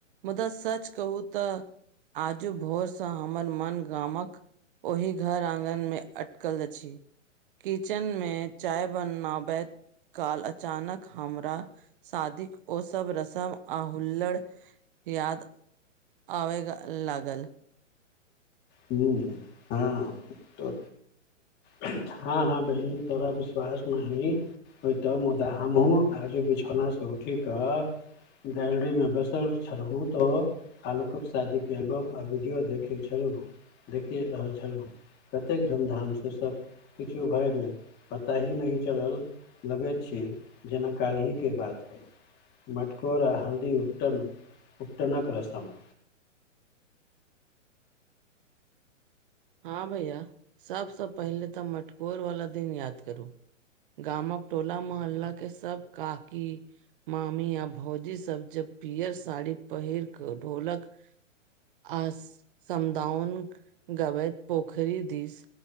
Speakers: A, on the right; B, on the left.
A: मुदा सच कहू तऽ आजू भोर से हम, हमर मन गामक ओहि घर आगन मे अटकल अछि, किचन मे चाय बना बते, काल अचानक हमरा शादी ओ सब रस्म आ हुल्लड़, याद आबे लागल,
B: हूँ हँ तऽ, हँ हँ बहिन तोरा विश्वास नहि, होतौ मुदा हम हूँ आजू बिछौना से उठ कऽ गैरोली बैसल छलहुँ तऽ आलोक के शादी के एल्बम आ वीडियो देखै छलहु देखि रहल छलहुँ, कतेक धूमधाम से सभ किछु भरि गेल पता ही नहि चलल! लगैत छी जेना केल हीं के बात, मटकोरा हल्दी उबटन उट्टनक क रसम,
A: हँ भैया सब से पहिले तऽ मटकोर वाला दिन याद करू, गामक टोला मोहल्ला के सब काकी, मामी य भौजी सब जब पियर साड़ी पहिर क ढोलक, आ आस समदाओन गबैत, पोखरी दिस